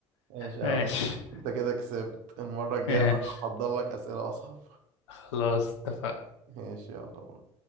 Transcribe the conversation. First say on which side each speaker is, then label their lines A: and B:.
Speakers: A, on the right; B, on the left.
A: ماشي يا
B: ماشي
A: عم أنت كده كسبت المرة الجاية
B: ماشي
A: بقى هحضر لك أسئلة أصعب
B: خلاص اتفقنا
A: ماشي يلا بقى